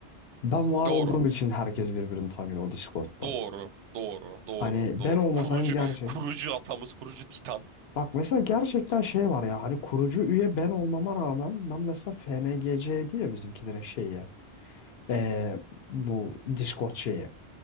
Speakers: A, on the left; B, on the right.
A: Ben var
B: Doğru.
A: olduğum için herkes birbirini tanıyor o Discord'da.
B: Doğru. Doğru.
A: Hani
B: Doğru. Doğru.
A: ben olmasaydım
B: Kurucu
A: gerçekten.
B: kurucu atamız, kurucu Titan.
A: Bak mesela gerçekten şey var ya hani kurucu üye ben olmama rağmen ben mesela FNGC'ydi ya bizimkilerin şeyi. Ee, bu Discord şeyi.